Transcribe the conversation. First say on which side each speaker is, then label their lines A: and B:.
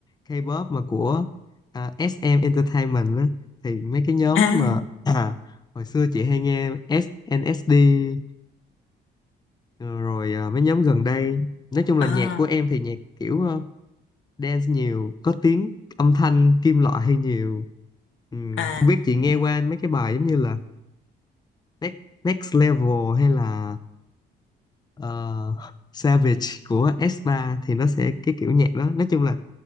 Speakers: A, on the left; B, on the left.
A: K-pop mà của à, SM Entertainment á. thì mấy cái nhóm
B: À,
A: mà <clears throat> à, hồi xưa chị hay nghe SNSD Ờ, rồi à, mấy nhóm gần đây nói chung là
B: à,
A: nhạc của em thì nhạc kiểu ờ, dance nhiều có tiếng âm thanh kim loại hay nhiều Ừm,
B: à.
A: không biết chị nghe qua mấy cái bài giống như là Next, Next Level hay là ờ, Savage của S3 thì nó sẽ cái kiểu nhạc đó nói chung là